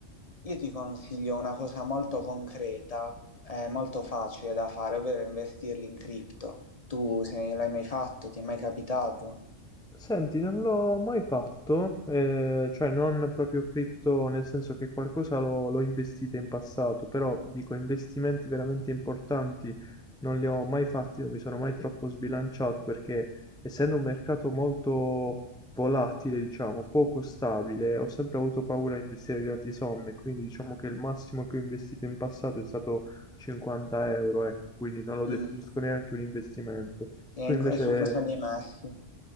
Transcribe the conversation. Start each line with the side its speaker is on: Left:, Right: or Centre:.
Left: io ti consiglio una cosa molto concreta, eh, molto facile da fare, ovvero investirli in cripto. Tu se l'hai mai fatto, ti è mai capitato?
Centre: Senti, non l'ho mai fatto, eh, cioè non proprio cripto, nel senso che qualcosa l'ho l'ho investita in passato, però dico investimenti veramente importanti non li ho mai fatti, non mi sono mai troppo sbilanciato perché essendo un mercato molto volatile, diciamo, poco stabile, ho sempre avuto paura a investire grandi somme, quindi diciamo che il massimo che ho investito in passato è stato 50 euro, ecco, quindi non lo definisco
Left: Mm.
Centre: neanche un investimento.
Left: E
Centre: Tu invece...
Left: in- e su cosa li hai messi?